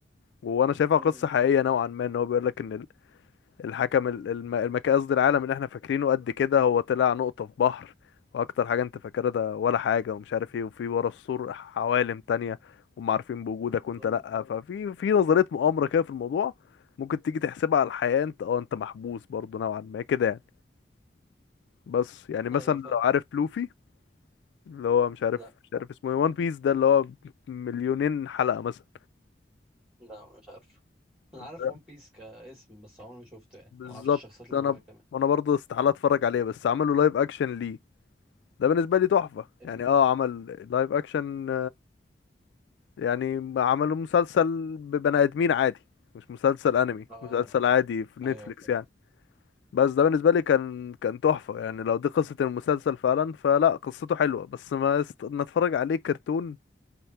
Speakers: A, on the left; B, in the centre.
A: وانا شايفها
B: امم
A: قصه حقيقيه نوعا ما ان هو بيقول لك ان الحكم ال- الم- المكان قصدي العالم اللي احنا فاكرينه قد كده هو طلع نقطة في بحر واكتر حاجة انت فاكرها ده ولا حاجة ومش عارف ايه وفي ورا السور عوالم تانية هم عارفين بوجودك وانت
B: امم
A: لأ ففي في نظرية مؤامرة كده في الموضوع ممكن تيجي تحسبها على الحياة انت اه انت محبوس برضه نوعا ما كده يعني بس يعني مثلا
B: ايوه فاهم
A: لو عارف لوفي اللي هو مش عارف
B: لا
A: مش عارف اسمه ايه وان بيس ده اللي هو مليونين حلقة مثلا
B: لا مش عارف انا عارف
A: ده
B: ون بيس كاسم بس عمري ما شفته يعني
A: بالظبط
B: ما اعرفش الشخصيات اللي
A: انا
B: جواه كمان
A: انا برضه استحالة اتفرج عليه بس عملوا لايف اكشن ليه ده بالنسبة لي تحفة
B: ال...
A: يعني اه عمل لايف اكشن يعني عملوا مسلسل ببني ادمين عادي مش مسلسل انمي
B: اه
A: مسلسل عادي في نتفليكس
B: ايوه فهمت
A: يعني بس ده بالنسبة لي كان كان تحفة يعني لو دي قصة المسلسل فعلا فلا قصته حلوة بس ما است... ما اتفرج عليه كرتون